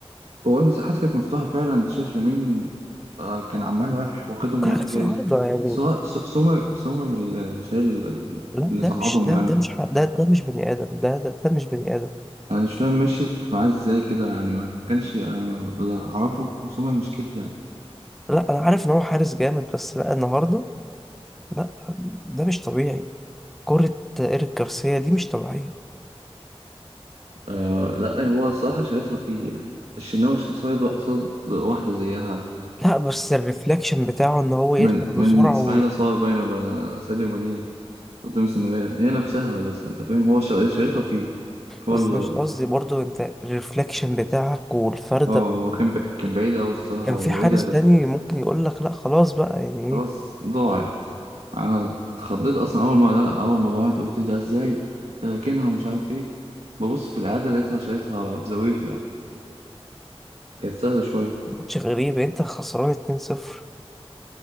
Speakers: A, on the right (about 70°); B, in the centre.
A: هو المساحات كانت مفتوحة فعلا أنت شايف لامين آه، كان عمال رايح واخدهم
B: كراكت
A: رايح جاي
B: في العارضة يعني
A: سواء س- سومر سومر اللي شايل
B: لا
A: اللي
B: ده
A: صعدهم
B: مش ده
A: يعني
B: ده مش ح- ده ده مش بني آدم ده ده, ده مش بني آدم
A: أنا مش فاهم مشيت معاه إزاي كده يعني ما كانش أنا ما- اللي أعرفه سومر مش كده يعني.
B: لا انا عارف ان هو حارس جامد بس لا النهارده لا ده مش طبيعي كرة ايريك جارسيا دي مش طبيعية
A: آه لا هو الصراحة شايطها فيه يعني الشناوي مش قصاد قصاد واحدة زيها
B: لا بس الريفلكشن بتاعه ان هو يرجع
A: من من
B: بسرعة
A: اسماعيل
B: و...
A: صار باين ولا ساديو ماني قدام السنغال هي نفسها بس انت فاهم هو شا- شايطها فيه هو
B: بس
A: ال...
B: مش قصدي برضو انت الريفلكشن بتاعك والفردة
A: اه هو كان ب... كان بعيد قوي الصراحة
B: كان
A: ورجع
B: في حارس
A: بس
B: تاني ممكن يقول لك لا خلاص بقى يعني
A: خلاص
B: إيه،
A: ضاعت انا اتخضيت اصلا اول ما ده اول ما ضاعت قلت ده ازاي ده راكنها ومش عارف ايه ببص في العادة لقيتها شايطها في زاويته يعني كانت سهلة شوية
B: ماتش غريب انت خسران 2-0